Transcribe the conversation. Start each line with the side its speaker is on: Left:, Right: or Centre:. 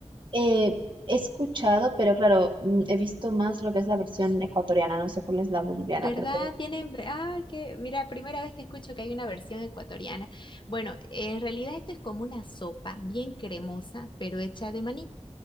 Right: Eh, he escuchado, pero claro, mm, he visto más lo que es la versión ecuatoriana, no sé cuál es la boliviana,
Left: ¿Verdad?
Right: pero
Left: Tienen, ah, que, mira, primera vez que escucho que hay una versión ecuatoriana. Bueno, en realidad esto es como una sopa bien cremosa, pero hecha de maní.